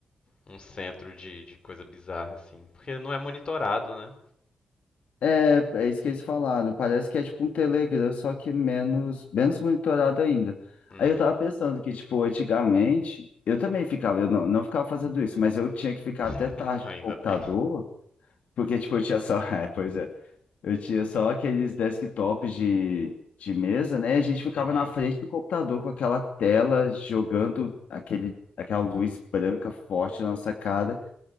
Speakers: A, on the left; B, on the left.
A: um centro de, de coisa bizarra, assim. Porque não é monitorado, né?
B: É, é isso que eles falaram. Parece que é tipo um Telegram, só que menos, menos monitorado ainda.
A: Uhum.
B: Aí eu tava pensando que, tipo, antigamente, eu também ficava, eu não, não ficava fazendo isso, mas eu tinha que ficar
A: <laughs>
B: até tarde
A: Ainda
B: no computador,
A: bem.
B: porque, tipo, eu tinha só, <laughs> é, pois é, eu tinha só aqueles desktops de, de mesa, né? E a gente ficava
A: Uhum.
B: na frente do computador com aquela tela jogando aquele, aquela luz branca forte na nossa cara